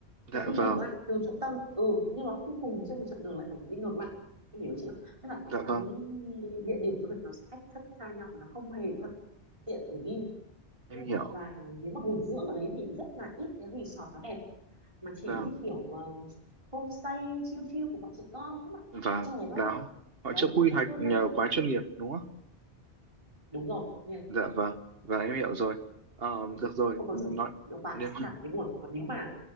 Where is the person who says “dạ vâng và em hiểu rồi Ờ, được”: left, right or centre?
Right